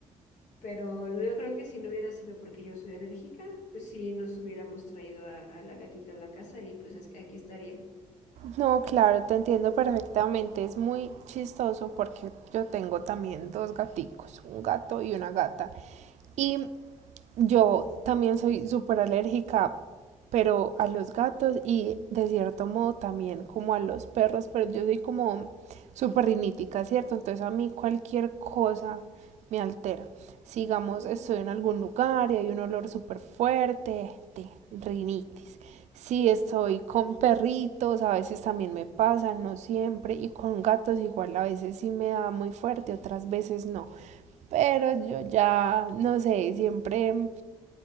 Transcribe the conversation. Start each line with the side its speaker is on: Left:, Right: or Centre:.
Left: Pero yo creo que si no hubiera sido porque yo soy alérgica, pues sí nos hubiéramos traído a, a la gatita a la casa y pues as- aquí estaría.
Right: No, claro, te entiendo perfectamente. Es muy chistoso porque yo tengo también dos gaticos, un gato y una gata. Y Yo también soy súper alérgica, pero a los gatos y de cierto modo también como a los perros, pero yo soy como súper rinítica, ¿cierto? Entonces a mí cualquier cosa me altera. Sigamos,
Left: Ujú,
Right: estoy en algún lugar y hay un olor súper fuerte de rinitis. Si
Left: ujú.
Right: estoy con perritos, a veces también me pasa, no siempre, y con gatos igual, a veces sí me da muy fuerte, otras veces no. Pero yo ya, no sé, siempre